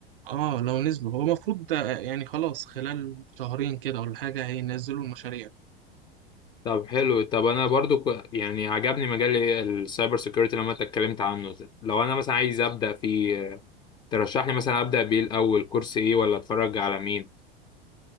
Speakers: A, on the right; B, on the left.
A: اه لو نزلوا هو المفروض آه، يعني خلاص خلال شهرين كده ولا حاجة هينزلوا المشاريع
B: طب حلو طب انا برضو ك- يعني عجبني مجال السايبر سيكيورتي لما انت اتكلمت عنه لو انا مثلا عايز ابدا فيه ترشح لي مثلا ابدا بيه الاول كورس ايه ولا اتفرج على مين